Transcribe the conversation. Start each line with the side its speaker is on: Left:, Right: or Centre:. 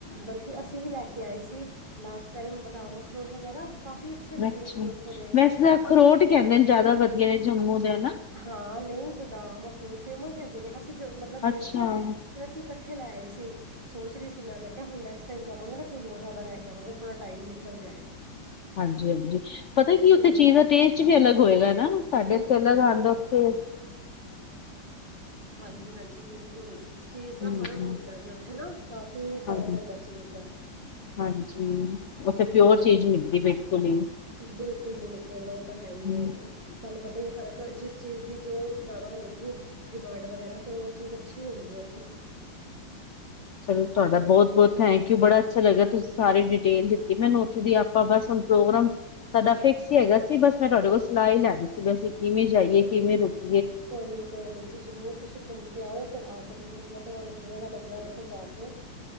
Right: ਬਲਕਿ ਅਸੀਂ ਹੀ ਲੈ ਕੇ ਆਏ ਸੀ, ਲਾਸਟ ਟਾਈਮ ਬਦਾਮ, ਅਖਰੋੜ ਵਗੈਰਾ। ਕਾਫੀ ਅੱਛੇ ਨਿਕਲੇ
Left: ਅੱਛਾ
Right: ਸੀ ਉੱਥੋਂ ਦੇ
Left: ਵੈਸੇ ਤਾਂ ਅਖਰੋਟ ਕਹਿੰਦੇ ਨੇ ਜ਼ਿਆਦਾ ਵਧੀਆ ਨੇ ਜੰਮੂ ਦੇ ਹਨਾ।
Right: ਹਾਂ ਨਹੀਂ ਬਦਾਮ ਅਖਰੋਟ ਫੇਮਸ ਹੈਗੇ ਨੇ, ਅਸੀਂ ਜੋ ਮਤਲਬ
Left: ਅੱਛਾ
Right: ਗਏ ਸੀ ਨਾ ਫਿਰ ਅਸੀਂ ਇਕੱਠੇ ਲੈ ਆਏ ਸੀ ਸੋਚ ਰਹੀ ਸੀ, ਮੈਂ ਮੈਂ ਕਿਹਾ ਹੁਣ ਨੈਕਸਟ ਟਾਈਮ ਜਾਵਾਂਗਾ, ਨਾ ਫਿਰ ਹੋਰ ਜਿਆਦਾ ਲੈ ਕੇ ਆਵਾਂਗੇ ਥੋੜ੍ਹਾ ਟਾਈਮ ਨਿਕਲ ਜਾਏ।
Left: ਹਾਂਜੀ-ਹਾਂਜੀ, ਪਤਾ
Right: ਅੱਛੀ
Left: ਕੀ ਉੱਥੇ
Right: ਲੱਗਦੀ
Left: ਚੀਜ਼ ਦਾ ਟੇਸਟ ਵੀ ਅਲੱਗ ਹੋਏਗਾ ਨਾ ਸਾਡੇ
Right: ਬਿਲਕੁਲ
Left: ਇੱਥੇ ਅਲੱਗ ਆਉਂਦਾ ਉੱਥੇ। <inaudible>
Right: ਹਾਂਜੀ-ਹਾਂਜੀ ਬਿਲਕੁਲ ਚੀਜ਼
Left: ਹੂੰ
Right: ਦਾ ਫ਼ਰਕ ਹੁੰਦਾ ਜੀ ਉੱਥੇ ਨਾ ਕਾਫੀ ਫ਼ਰਕ
Left: ਹਾਂਜੀ
Right: ਹੁੰਦਾ ਚੀਜ਼ ਦਾ
Left: ਹਾਂਜੀ ਉੱਥੇ ਪਿਓਰ
Right: ਹਾਂਜੀ
Left: ਚੀਜ਼ ਮਿਲਦੀ ਬਿਲਕੁਲ ਹੀ
Right: ਬਿਲਕੁਲ-ਬਿਲਕੁਲ ਉਹ ਤਾਂ ਹੈ ਹੀ
Left: ਹੂੰ
Right: <unintelligible> ਪਤਾ ਹੀ ਫ਼ਰਕ ਜਿਸ ਚੀਜ਼ ਦੀ ਜੋ ਜ਼ਿਆਦਾ ਹੋਏਗੀ, ਡਿਮਾਂਡ ਵਗੈਰਾ ਫੇਰ ਉਹ ਚੀਜ਼ ਅੱਛੀ ਹੁੰਦੀ ਹੈ।
Left: ਚਲੋ ਤੁਹਾਡਾ ਬਹੁਤ -ਬਹੁਤ ਥੈਂਕ ਯੂ ਬੜਾ ਅੱਛਾ ਲੱਗਿਆ ਤੁਸੀਂ ਸਾਰੀ ਡਿਟੇਲ ਦਿੱਤੀ ਮੈਨੂੰ ਉੱਥੇ ਦੀ ਆਪਾਂ ਬਸ ਹੁਣ ਪ੍ਰੋਗਰਾਮ ਸਾਡਾ ਫਿਕਸ ਹੀ ਹੈਗਾ ਸੀ, ਬਸ ਮੈਂ ਤੁਹਾਡੇ ਕੋਲ ਸਲਾਹ ਹੀ ਲੈਦੀ ਸੀ ਬਸੀਂ ਕਿਵੇਂ ਜਾਈਏ ਕਿਵੇਂ ਰੁਕ
Right: ਕੋਈ ਨੀ ਕੋਈ ਨੀ ਜੀ ਜ਼ਰੂਰ ਤੁਸੀਂ ਘੁੰਮ ਕੇ ਆਓ, ਫਿਰ ਆ ਕੇ ਮੈਨੂੰ ਦੱਸਣਾ ਤੁਹਾਨੂੰ ਕਿਵੇਂ ਦਾ ਲੱਗਿਆ। ਉੱਥੇ ਜਾ ਕੇ